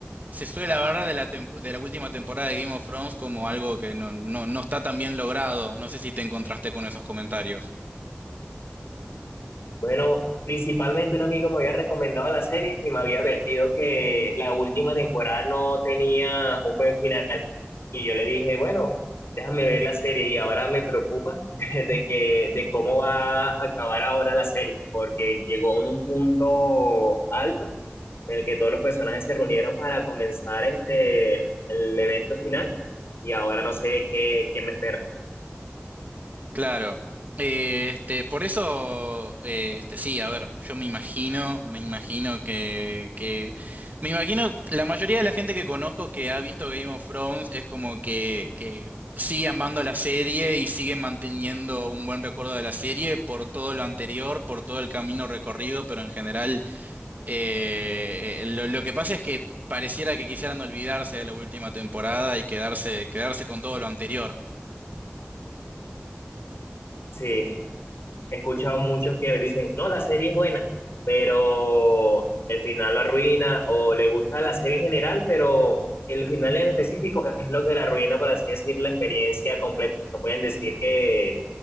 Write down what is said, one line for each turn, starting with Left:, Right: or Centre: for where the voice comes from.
Right: Se suele hablar de la, tempo- de la última temporada de Game of Thrones como algo que no, no, no está tan bien logrado. No sé si te encontraste con esos comentarios.
Left: Bueno, principalmente un amigo me había recomendado la serie y me había advertido que la última temporada no tenía un buen final. Y yo le dije, bueno, déjame ver la serie y ahora me preocupa <laughs> de que, de cómo va a acabar ahora la serie, porque llegó en un punto alto en el que todos los personajes se reunieron para comenzar este, el evento final y ahora no sé qué, qué me espera.
Right: Claro. Eh, este, por eso, eh, este, sí, a ver, yo me imagino, me imagino que, que, me imagino, la mayoría de la gente que conozco que ha visto Game of Thrones es como que, que sigue amando la serie y sigue manteniendo un buen recuerdo de la serie por todo lo anterior, por todo el camino recorrido, pero en general, eh, lo, lo que pasa es que pareciera que quisieran olvidarse de la última temporada y quedarse, quedarse con todo lo anterior.
Left: Sí. he escuchado muchos que dicen, no, la serie es buena, pero el final la arruina, o le gusta la serie en general, pero el final en específico es lo que la arruina, por así decir, la experiencia completa. No pueden decir que,